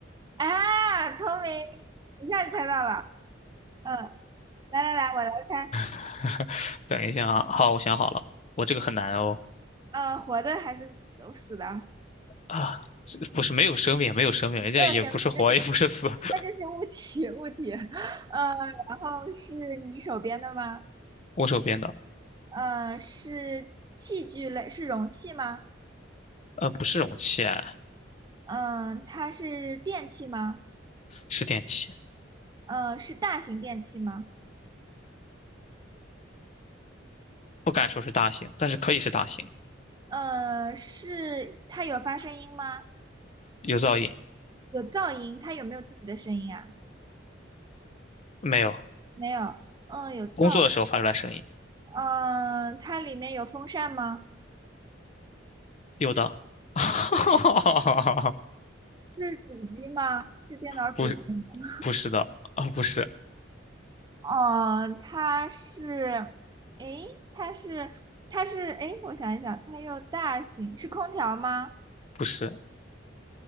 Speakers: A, on the right (about 20°); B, on the left (about 35°).
A: 啊，聪明，一下就猜到了。嗯，来来来，我来猜，
B: <laughs> 等一下啊，好，我想好了，我这个很难哦。
A: 呃，活的还是死的？
B: 啊，这不是没有生命，没有生命，人家也不是活，
A: 没有生命，那就是
B: 也不是死。<laughs>
A: 那就是物体，物体。嗯，然后是你手边的吗？
B: 我手边的，
A: 嗯，是器具类，是容器吗？
B: 呃，不是容器啊，
A: 嗯、它是电器吗？
B: 是电器，
A: 嗯，是大型电器吗？
B: 不敢说是大型，但是可以是大型。
A: 嗯，是它有发声音吗？
B: 有噪音
A: 有噪音，它有没有自己的声音啊？
B: 没有？
A: 没有。嗯，有噪。
B: 工作的时候发出来声音，
A: 嗯，它里面有风扇吗？
B: 有的。<laughs>
A: 是主机吗？是电脑主机吗？
B: 不是，不是的，啊，不是，
A: 哦，它是，诶，它是，它是，诶，我想一想，它又大型，是空调吗？
B: 不是，